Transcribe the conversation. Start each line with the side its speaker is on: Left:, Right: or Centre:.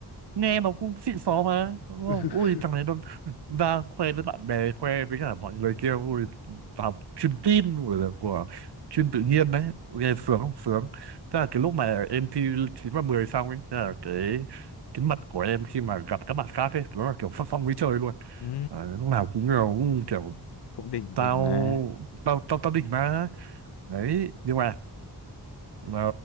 Right: nghe mà cũng xịn xó mà đúng
Left: <laughs>
Right: không ui thằng này nó <laughs> ra khoe với bạn bè khoe với cả mọi người kia ui làm chuyên tin của của chuyên tự nhiên đấy nghe sướng không sướng thế là cái lúc mà em thi 9 và 10 xong ấy thế là cái cái mặt của em khi mà gặp các bạn khác ấy nó là kiểu phát phong với trời luôn
Left: ừ
Right: à, lúc nào cũng kiểu, cũng kiểu
Left: cũng đỉnh
Right: tao
Left: đỉnh mà
Right: tao tao tao đỉnh mà đấy nhưng mà ờ,